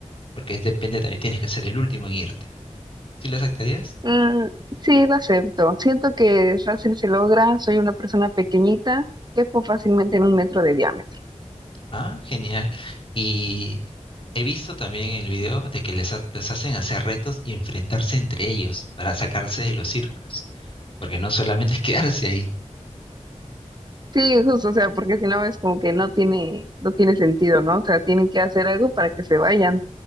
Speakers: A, on the left (about 45°); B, on the right (about 35°).
A: porque depende, también tienes que ser el último en irte. ¿Sí lo aceptarías?
B: Mm, sí, la acepto. Siento que fácil se logra. Soy una persona pequeñita, quepo fácilmente en un metro de diámetro.
A: Ah, genial. Y he visto también en el video de que les, ha- les hacen hacer retos y enfrentarse entre ellos para sacarse de los círculos, porque no solamente es quedarse ahí.
B: Sí, justo, o sea, porque si no es como que no tiene, no tiene sentido, ¿no? O sea, tienen que hacer algo para que se vayan,